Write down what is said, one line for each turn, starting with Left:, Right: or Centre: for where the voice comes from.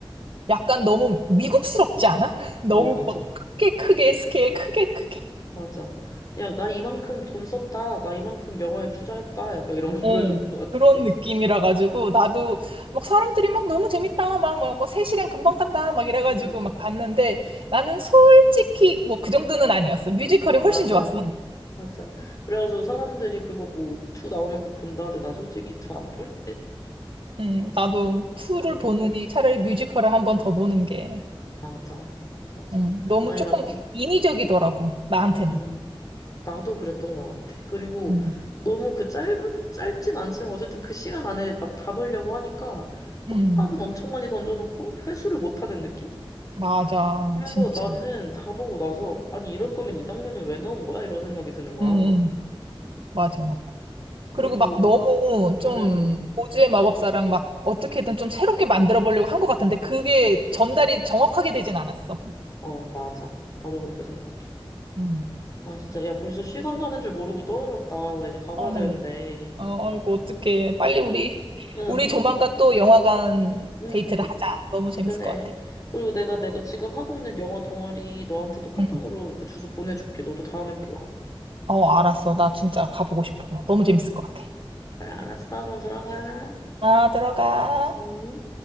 Right: 약간 너무 미국스럽지 않아? <laughs> 너무
Left: 어, 맞아,
Right: 막 크게 크게 스케일 크게 크게
Left: 맞아. 야, 나 이만큼 돈 썼다. 나 이만큼 영화에 투자했다. 약간 이런 거 <laughs> 보여주는
Right: 어,
Left: 것
Right: 그런
Left: 같아.
Right: 느낌이라 가지고 나도 막 사람들이 막 너무 재밌다 막 막 뭐 세시간 금방 간다 막 이래 가지고
Left: 음.
Right: 막 봤는데 나는 솔직히 뭐 그 정도는
Left: 음.
Right: 아니었어. 뮤지컬이
Left: 맞아.
Right: 훨씬 좋았어.
Left: 맞아. 그래가지고 사람들이 그거 뭐, 투 나오면 꼭 본다는데 난 솔직히 투 안 볼 듯?
Right: 음, 나도 투를
Left: 응,
Right: 보느니 차라리 뮤지컬을 한번 더 보는 게
Left: 맞아. 맞아.
Right: 음, 너무
Left: 아니,
Right: 조금
Left: 나, 그-
Right: 인위적이더라고 나한테는.
Left: 음, 나도 그랬던 것 같아. 그리고
Right: 음,
Left: 너무 그 짧은, 짧진 않지만 어쨌든 그 시간 안에 막 담으려고 하니까 떡밥은
Right: 음,
Left: 엄청 많이 던져놓고 회수를 못하는 느낌?
Right: 맞아,
Left: 그래서
Right: 진짜.
Left: 나는 다 보고 나서, 아니, 이럴 거면 이 장면은 왜 넣은 거야? 이런 생각이 드는 거야.
Right: 음, 음, 맞아. 그리고
Left: 그리고,
Right: 막 너무 좀
Left: 응, 응, 응.
Right: 오즈의 마법사랑 막 어떻게든 좀 새롭게 만들어 보려고 한 것 같은데 그게 전달이 정확하게 되진 않았어.
Left: 어, 맞아. 나도 그렇게 생각해.
Right: 음.
Left: 아, 진짜. 야, 벌써 시간 가는 줄 모르고 떠들었다. 나 이제 가봐야
Right: 어머머.
Left: 되는데.
Right: 어, 아이고, 어떡해. 빨리 우리,
Left: 응,
Right: 우리 조만간 또 영화관
Left: 응,
Right: 데이트를
Left: 또-
Right: 하자. 너무 재밌을
Left: 그래.
Right: 것 같아.
Left: 그리고 내가, 내가 지금 하고 있는 영화 동아리 너한테도 카톡으로
Right: 응.
Left: 그 주소 보내줄게. 너도 다음에 꼭 와.
Right: 어, 알았어. 나 진짜 가보고 싶어. 너무 재밌을 것 같아.
Left: 그래, 알았어. 그럼 들어가.
Right: 아, 들어가.
Left: 응.